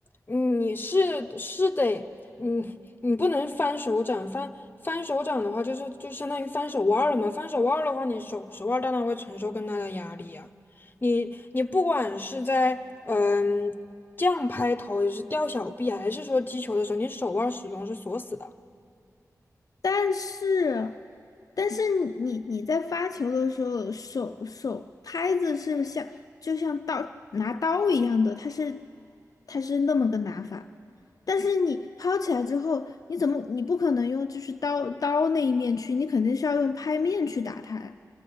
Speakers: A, on the left; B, on the left.
A: 你是是得，嗯，你不能翻手掌，翻翻手掌的话，就是就相当于翻手腕儿了嘛。翻手腕儿的话，你手手腕儿当然会承受更大的压力呀、你你不管是在嗯这样拍头，也是吊小臂啊，还是说击球的时候，你手腕儿始终是锁死的。
B: 但是，但是你你在发球的时候，手手拍子是像就像刀拿刀一样的，它是它是那么个拿法。但是你抛起来之后，你怎么你不可能用就是刀刀那一面去，你肯定是要用拍面去打它呀。